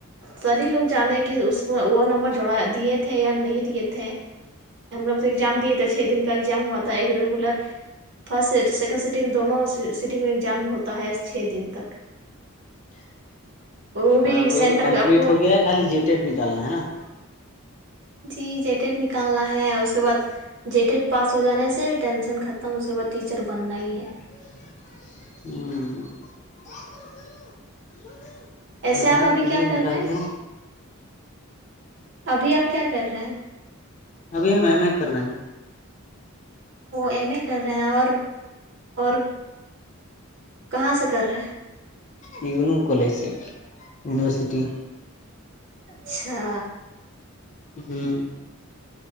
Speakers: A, on the right; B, on the left.
A: ساری لوگ جانے کہ اس وہ نمبر جوڑا دیے تھے یا نہیں دیے تھے ہم لوگ تو ایگزام دیے تھے چھ دن کا ایگزام ہوا تھا ایک ریگولر فرسٹ س سیکنڈ سیٹگ دونوں سیٹگ میں ایگزام ہوتا ہے چھ دن تک
B: <inaudible>
A: وہ
B: تو
A: بھی
B: آپ لوگ
A: سینٹر
B: کو تو کمپلیٹ
A: آپ کو
B: ہو گیا ہے خالی جیٹیٹ نکالنا ہے نا
A: جی جٹیڈ نکالنا ہے اس کے بعد جیٹیڈ پاس ہو جانے سے ٹینشن ختم اس کے بعد ٹیچر بننا ہی ہے
B: ہوں
A: ایسے
B: محنت
A: آپ ابھی
B: کیجیے
A: کیا کر
B: نکالے
A: رہے ہیں ابھی آپ کیا کر رہے ہیں
B: ابھی ہم ایم ا کر رہے ہیں
A: ایم اے کر رہے ہیں اور اور کہاں سے کر رہے
B: ایونوں کالج سے یونیورسیٹی
A: اچھا
B: ہوں